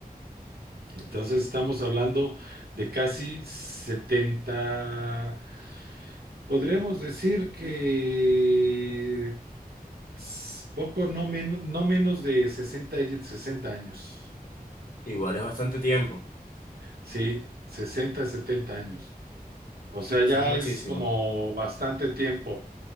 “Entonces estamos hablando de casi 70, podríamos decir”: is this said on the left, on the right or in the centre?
Right